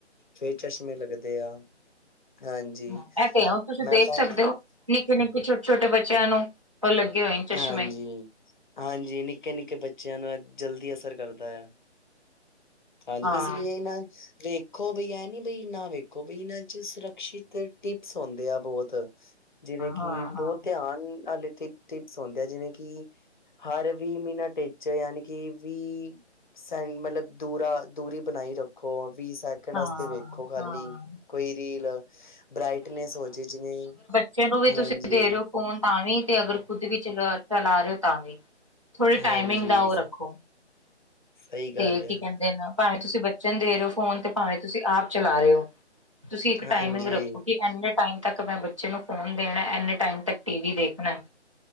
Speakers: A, on the left; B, on the right.
A: ਫੇਰ ਚਸ਼ਮੇ ਲੱਗਦੇ ਆ। ਹਾਂਜੀ
B: ਹੂੰ ਇਹ ਤੇ ਤੁਸੀਂ
A: ਮੈਂ
B: ਦੇਖ
A: ਤਾਂ
B: ਸਕਦੇ ਹੋ ਨਿੱਕੇ- ਨਿੱਕੇ ਛੋਟੇ -ਛੋਟੇ ਬੱਚਿਆਂ ਨੂੰ ਉਹ ਲੱਗੇ ਹੋਏ। ਚਸ਼ਮੇ
A: ਹਾਂਜੀ- ਹਾਂਜੀ ਨਿੱਕੇ -ਨਿੱਕੇ ਬੱਚਿਆਂ ਨੂੰ ਜਲਦੀ ਅਸਰ ਕਰਦਾ ਆ। ਹਾਂਜੀ
B: ਹਾਂ,
A: ਇਸ ਲਈਏ ਇਹ ਨਾ ਵੇਖੋ ਬਈ ਐ ਨੀ ਬਈ ਨਾ ਵੇਖੋ ਬਈ ਇਹਨਾਂ 'ਚ ਸੁਰੱਖਸ਼ਿਤ ਟਿਪਸ ਹੁੰਦੇ ਆ ਬਹੁਤ ਜਿਵੇਂ
B: ਹਾਂ,
A: ਕਿ
B: ਹਾਂ, ਹਾਂ,
A: ਬਹੁਤ ਧਿਆਨ ਅਲੇ ਤੇ ਟਿਪਸ ਹੁੰਦੇ ਆ ਜਿਵੇਂ ਕਿ ਹਰ ਵੀਹ ਮਿੰਨਟ ਇਚ ਯਾਨੀ ਕਿ ਵੀਹ ਸਹੀ ਮਤਲਬ ਦੂਰਾ ਦੂਰੀ ਬਣਾਈ ਰੱਖੋ ਵੀਹ ਸੈ
B: ਹਾਂ।
A: ਆਸਤੇ ਵੇਖੋ ਖਾਲੀ ਕੋਈ ਰੀਲ ਬਰਾਈਟਨੈਸ ਹੋਜੇ ਜਿਵੇਂ
B: ਚਲੋ ਵੀ ਤੁਸੀਂ
A: ਹਾਂਜੀ
B: ਦੇ ਰਹੇ ਹੋ ਫੋਨ ਤਾਂ ਵੀ ਤੇ ਅਗਰ ਖੁਦ ਵੀ 'ਚ ਚਲਾ ਰਹੇ ਹੋ ਤਾਂ ਵੀ ਥੋੜੇ
A: ਹਾਂਜੀ
B: ਟਾਈਮਿੰਗ ਦਾ ਉਹ ਰੱਖੋ।
A: ਸਹੀ
B: ਤੇ
A: ਗੱਲ
B: ਕੀ
A: ਆ
B: ਕਹਿੰਦੇ ਨਾ ਭਾਵੇਂ ਤੁਸੀਂ ਬੱਚੇ ਨੂੰ ਦੇ ਰਹੇ ਹੋ ਫੋਨ ਤੇ ਭਾਵੇਂ ਤੁਸੀਂ ਆਪ ਚਲਾ ਰਹੇ ਓ। ਤੁਸੀਂ ਇੱਕ
A: ਹਾਂਜੀ
B: ਟਾਈਮਿੰਗ ਰੱਖੋ ਕਿ ਇੰ ਟਾਈਮ ਤੱਕ ਮੈਂ ਬੱਚੇ ਨੂੰ ਫੋਨ ਦੇਣਾ ਇੰਨੇ ਟਾਈਮ ਤੱਕ ਟੀ ਵੀ ਦੇਖਣਾ।